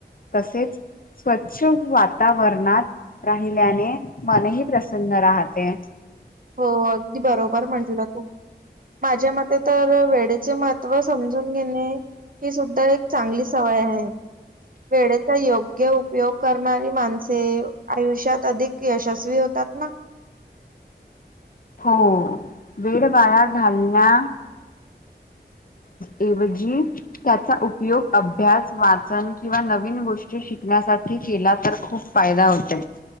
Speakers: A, on the left (about 55°); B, on the right (about 55°).
A: तसेच स्वच्छ वातावरणात. राहिल्याने मनही प्रसन्न राहते.
B: हो अगदी बरोबर म्हंटलं तू. माझ्या मते तर वेडेचे महत्त्व समजून घेणे हि सुद्धा एक चांगली सवय आहे. वेळेचा योग्य उपयोग करणारी माणसे आयुष्यात अधिक यशस्वी होत तत ना
A: हो वेड वाया घालण्या ऐवजी त्याचा उपयोग अभ्यास वाचन किंवा नवीन गोष्टी शिकण्यासाठी केला तर खूप फायदा होतय.